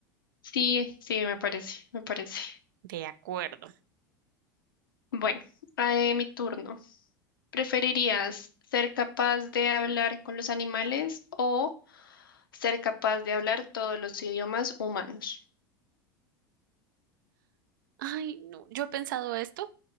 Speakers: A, on the left; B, on the right.
A: Sí, sí, me parece, me parece.
B: De acuerdo.
A: Bueno, eh, mi turno. ¿Preferirías ser capaz de hablar con los animales o ser capaz de hablar todos los idiomas humanos?
B: Ay, no, yo he pensado esto